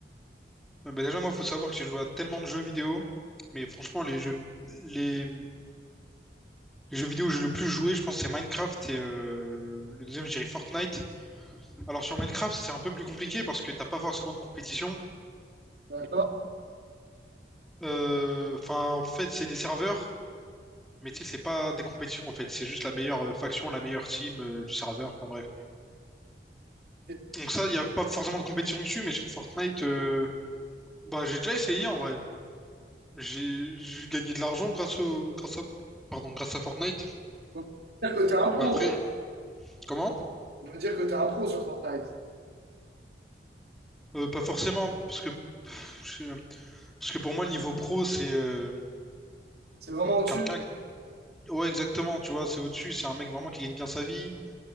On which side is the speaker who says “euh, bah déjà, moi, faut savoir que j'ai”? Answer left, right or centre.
Centre